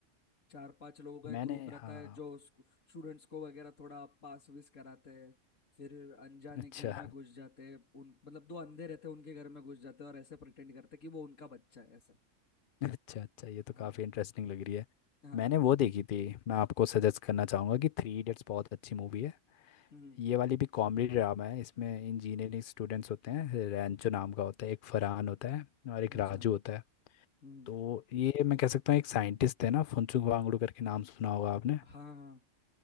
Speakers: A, on the left; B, on the left.
A: चार पांच लोगों का
B: मैंने
A: एक ग्रुप रहता
B: हाँ
A: है जो स्टूडेंट्स को वगैरह थोड़ा पास विस कराते हैं फिर अनजाने
B: अच्छा
A: घर में घुस जाते हैं उन मतलब दो अंधे रहते हैं उनके घर में घुस जाते हैं और ऐसे प्रिटेंड करते हैं कि वो उनका बच्चा है ऐसा
B: अच्छा अच्छा ये तो
A: हाँ
B: काफ़ी इंटरेस्टिंग लग रही है
A: हाँ
B: मैंने वो देखी थी मैं आपको सजेस्ट करना चाहूँगा कि थ्री इडियट्स बहुत अच्छी मूवी है
A: हम्म
B: ये वाली भी कॉमेडी ड्रामा है इसमें इंजीनियरिंग स्टूडेंट्स होते हैं रैंचो नाम का होता है एक फरहान होता है और एक
A: अच्छा
B: राजू होता है
A: हम्म
B: तो ये मैं कह सकता हू एक साइंटिस्ट है ना फुनसुक वांगडू करके नाम सुना होगा आपने
A: हाँ हाँ